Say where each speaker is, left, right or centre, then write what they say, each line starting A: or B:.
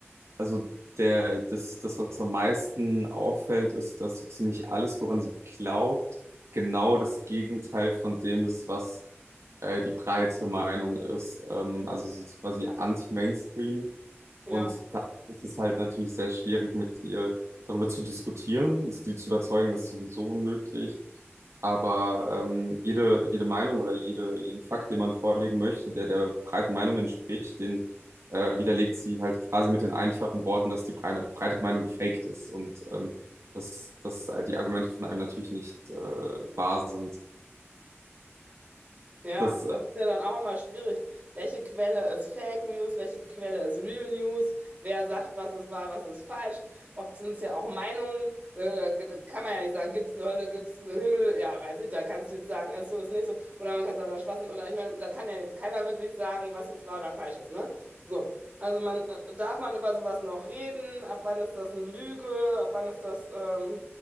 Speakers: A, on the right (about 80°); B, on the right (about 35°).
A: Also der, das, das, was am meisten auffällt, ist, dass so ziemlich alles, woran sie glaubt, genau das Gegenteil von dem ist, was äh, die breite Meinung ist. Ähm, also es ist quasi anti-Mainstream.
B: Ja.
A: Und da ist es halt natürlich sehr schwierig, mit ihr darüber zu diskutieren. Sie zu überzeugen, ist sowieso unmöglich. Aber ähm, jede, jede Meinung oder jede, jeden Fakt, den man vorlegen möchte, der der breiten Meinung entspricht, den äh, widerlegt sie halt quasi mit den einfachen Worten, dass die breite, breite Meinung gefaked ist und ähm, dass, dass die Argumente von einem natürlich nicht äh, wahr sind.
B: Ja,
A: Das, äh,
B: das ist ja dann auch immer schwierig. Welche Quelle ist Fake News? Welche Quelle ist Real News? Wer sagt, was ist wahr, was ist falsch? Oft sind es ja auch Meinungen. Da, da, da kann man ja nicht sagen, gibt es eine Hölle, gibt es einen Himmel? Ja, weiß ich, da kannst du jetzt sagen, ist so, ist nicht so. Oder man kann sagen, das ist Schwachsinn. Oder ich meine, da kann ja jetzt keiner wirklich sagen, was jetzt wahr oder falsch ist, ne? So. Also man, äh, darf man über sowas noch reden? Ab wann ist das eine Lüge? Ab wann ist das, ähm,